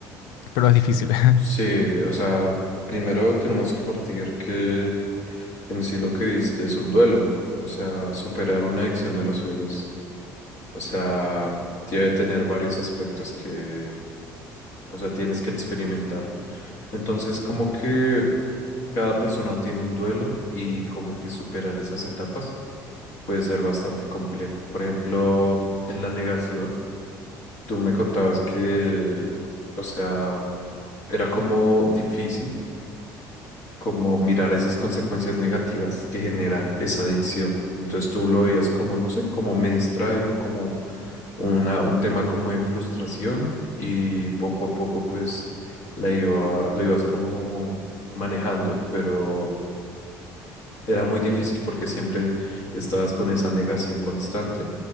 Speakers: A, on the left; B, on the left.
A: pero es difícil. <laughs>
B: Sí, o sea, primero tenemos que partir que en sí lo que viste es un duelo, o sea, superar una adicción a los juegos, o sea, debe tener varios aspectos que, o sea, tienes que experimentar. Entonces, como que cada persona tiene un duelo y como que superar esas etapas puede ser bastante complejo. Por ejemplo, en la negación, tú me contabas que, o sea, era como difícil como mirar esas consecuencias negativas que genera esa adicción. Entonces tú lo veías como, no sé, como me distraigo, como una, un tema como de frustración y poco a poco pues la iba, lo ibas como manejando, pero era muy difícil porque siempre estabas con esa negación constante